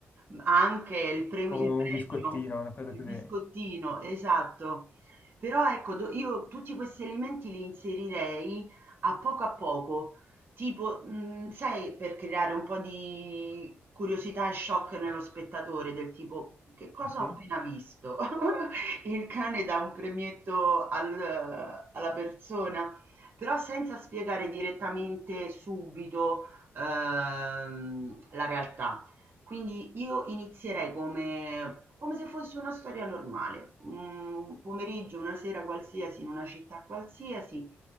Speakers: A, on the right (about 45°); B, on the left (about 35°).
A: Mh, anche il prem
B: o
A: il premio,
B: un biscottino, una cosa
A: il
B: così.
A: biscottino, esatto. Però ecco, do io tutti questi alimenti li inserirei a poco a poco, tipo, mhmm, sai, per creare un po' di curiosità e shock nello spettatore, del tipo: "Che cosa
B: Sì, sì.
A: ho appena visto?" <laughs> Il cane dà un premietto al alla persona, però senza spiegare direttamente subito, ehm, la realtà. Quindi io inizierei come come se fosse una storia normale, un pomeriggio, una sera qualsiasi, in una città qualsiasi,